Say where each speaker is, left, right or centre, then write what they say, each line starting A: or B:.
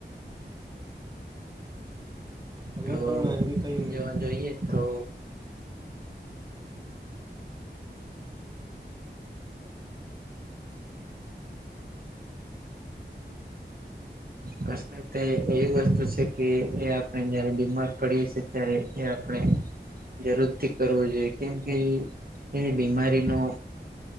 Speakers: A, on the right; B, on the right.
A: તમે
B: તો
A: પણ એવી કઈ
B: એમ જોવા જઈએ તો કસરત એ એવી વસ્તુ છે કે એ આપણે જયારે બીમાર પડીએ છે ત્યારે એ આપણે જરૂરથી કરવો જોઈએ, કેમકે ઈ એ બીમારીનો